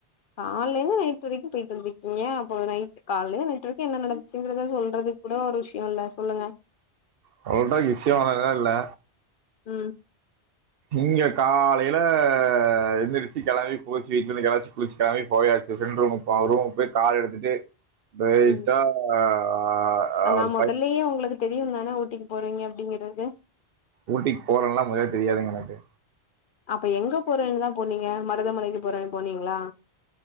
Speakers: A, on the left; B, on the right.
A: காலேந்து நைட் வரைக்கு போய்ட் வந்துருக்கீங்க அப்போ நைட் காலேந்து நைட் வரைக்கு என்ன நடச்சுங்கிறத சொல்றதுக் கூட ஒரு விஷ்யோ இல்ல சொல்லுங்க
B: <unintelligible> இல்ல
A: ம்
B: இங்க காலையில எந்திரிருச்சி கெளம்பி குளிச்சி <unintelligible> குளிச்சிட்டு கெளம்பி போயாச் <unintelligible> போய் கார் எடுத்துட்டு <unintelligible>
A: ம்
B: அ
A: ஆனா
B: ஒரு
A: மொதல்லேயே
B: பை
A: உங்களுக்கு தெரியுந்தான ஊட்டிக்கு போறவீங்க அப்டிங்கிறது
B: ஊட்டிக்கு போறேன்லா மொதல்ல தெரியாதுங்க எனக்கு.
A: அப்ப எங்க போறன்தா போனீங்க மருதமலைக்கு போறேன் போனீங்ளா